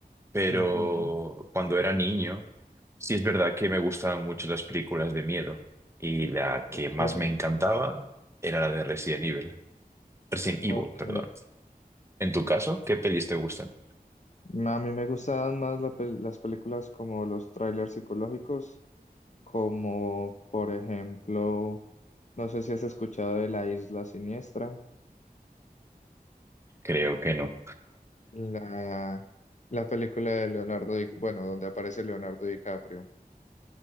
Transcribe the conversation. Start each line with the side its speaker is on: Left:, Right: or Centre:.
Right: pero
Left: Ujú,
Right: cuando era niño, sí es verdad que me gustaban mucho las películas de miedo y la que
Left: Ok,
Right: más me encantaba era la de Resident Evil. Resident Evil,
Left: ok.
Right: perdón. En tu caso, ¿qué pelis te gustan?
Left: A mí me gustan más la pel- las películas como los trailers psicológicos, como por ejemplo, no sé si has escuchado de La Isla Siniestra,
Right: Creo que no.
Left: la, la película de Leonardo, Di- bueno, donde aparece Leonardo DiCaprio,